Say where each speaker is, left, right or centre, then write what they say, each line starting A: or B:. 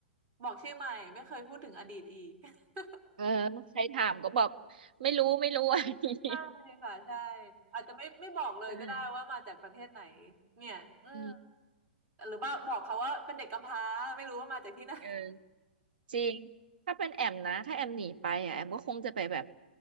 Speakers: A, on the right; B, on the right.
A: บอกชื่อใหม่ไม่เคยพูดถึงอดีตอีก <laughs>
B: เออใครถามก็บอกไม่รู้ไม่รู้อะไรอย่างงี้
A: ใช่ค่ะใช่อาจจะไม่ไม่บอกเลยก็ได้ว่ามาจากประเทศไหน
B: เออ
A: เนี่ยอืม
B: อืม
A: หรือว่าบอกเขาว่าเป็นเด็กกำพร้าไม่รู้ว่ามาจากที่ไหน
B: เออ จริง ถ้าเป็นแอมนะถ้าแอมหนีไปอ่ะแอมก็คงจะไปแบบ